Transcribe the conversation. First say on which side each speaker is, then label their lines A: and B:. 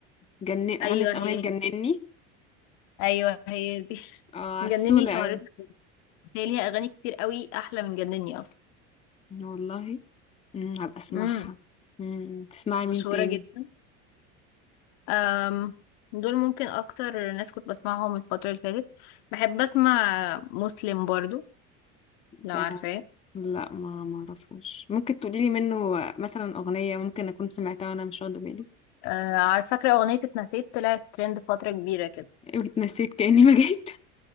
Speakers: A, on the left; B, on the left.
A: جن... غنت
B: أيوه هي
A: اغنيه جنني
B: دي. أيوه هي دي <laughs>
A: اه
B: جنني
A: عسوله
B: شهرتها بس هي ليها أغاني كتير أوي أحلى من جنني أصلا
A: والله امم هبقى اسمعها
B: امم
A: امم تسمعي مين
B: مشهورة
A: تاني
B: جدا أم... دول ممكن أكتر ناس كنت بسمعهم الفترة اللي فاتت بحب أسمع مسلم برضو لو
A: ده
B: عارفاه
A: لا ما ما اعرفوش ممكن تقولي لي منه مثلا اغنيه ممكن اكون سمعتها وانا مش واخده بالي
B: أه... عارف- فاكرة أغنية اتنسيت طلعت ترند فترة كبيرة كده
A: <laughs> واتنسيت كاني ما جيت